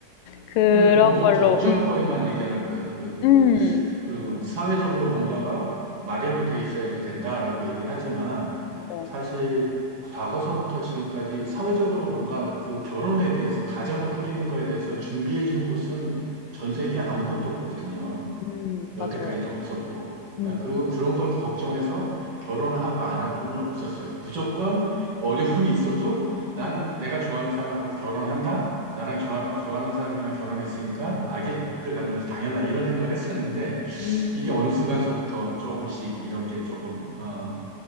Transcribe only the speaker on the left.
그런
걸로,
음,
음,
네.
음
맞아요.
음.
음.
음.